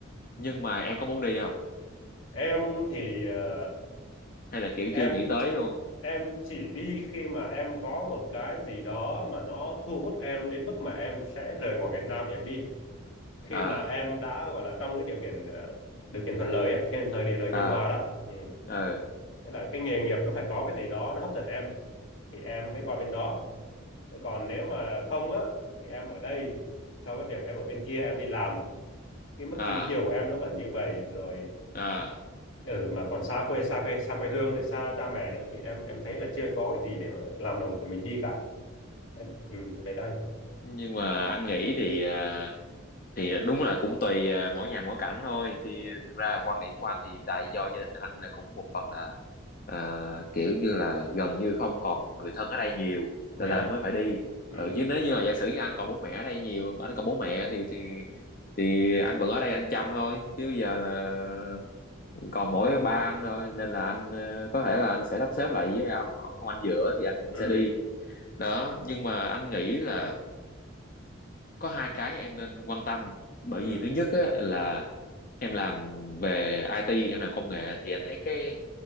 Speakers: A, on the left; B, on the left.
A: nhưng mà em có muốn đi không
B: em thì ờ,
A: hay là kiểu
B: em
A: chưa nghĩ tới luôn
B: em chỉ đi khi mà em có một cái gì đó mà nó thu hút em đến mức mà em sẽ rời bỏ Việt Nam để em đi khi
A: à
B: mà em đã gọi là trong cái điều kiện ờ, điều kiện thuận lợi á thiên thời địa lợi nhân
A: à
B: hòa đó ừ.
A: ừ
B: nghĩa là cái nghề nghiệp nó phải có cái gì đó nó hấp dẫn em thì em mới qua bên đó Thế còn nếu mà không á thì em ở đây so với việc em ở bên kia em đi làm cái mức
A: à
B: chi tiêu của em nó vẫn như vậy rồi
A: à
B: ừ, mà còn xa quê xa quê xa quê hương này xa cha mẹ nữa thì em em thấy là chưa có cái gì để mà làm đồng của mình đi cả em ừ, về đây
A: nhưng mà anh nghĩ thì à, thì đúng là cũng tùy à, mỗi nhà mỗi cảnh thôi thì thực ra quan điểm của anh thì tại do gia đình anh là cũng một phần là Ờ, kiểu như là gần như không còn người thân ở đây nhiều nên
B: dạ
A: là anh mới phải đi
B: ừ,
A: Ờ, chứ nếu như là giả sử như anh còn bố mẹ ở đây nhiều anh còn bố mẹ thì thì thì anh vẫn ở đây anh chăm thôi chứ bây giờ là còn mỗi ba anh thôi nên là anh ờ, có thể là anh sẽ sắp xếp lại với ông ông, ông anh giữa thì anh vẫn
B: ừ,
A: sẽ đi đó nhưng mà anh nghĩ là có hai cái em nên quan tâm bởi
B: ừ,
A: vì thứ nhất á, là em làm về IT em làm công nghệ thì anh thấy cái